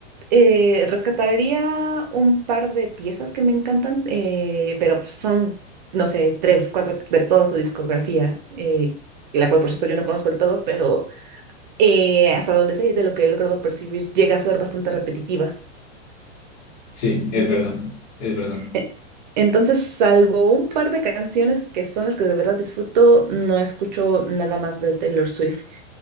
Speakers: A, on the right; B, on the left.
A: eh, rescataría un par de piezas que me encantan, eh, pero son, no sé, tres, cuatro de toda su discografía, eh, la cual por cierto yo no conozco del todo, pero eh, hasta donde sé y de lo que he logrado percibir llega a ser bastante repetitiva.
B: sí, es
A: Mm.
B: verdad, es verdad.
A: E- Entonces, salvo un par de canciones que son las que de verdad disfruto, no escucho nada más de Taylor Swift.